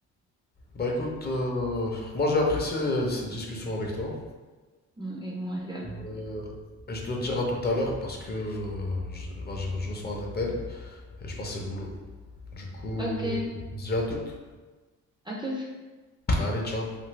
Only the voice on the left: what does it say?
Bah écoute, euh, moi j'ai apprécié euh, cette discussion avec toi.
Euh, et je dois te dire à tout à l'heure parce que euh, je, bah, j'ai- je reçois un appel et je pense que c'est le boulot. Du coup,
on se dit à toutes.
Allez, ciao.